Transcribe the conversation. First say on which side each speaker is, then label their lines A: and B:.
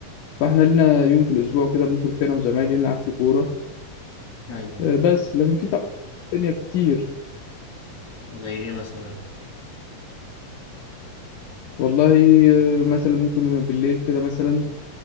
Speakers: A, on the left (about 75°); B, on the left (about 55°).
A: فاحنا لنا يوم في الاسبوع كده بنخرج فيه انا وزمايلي نلعب فيه كوره
B: ايوه
A: آه، بس لكن في طبعا تانية كتير
B: زي ايه مثلا
A: والله آه، مثلا ممكن بالليل كده مثلا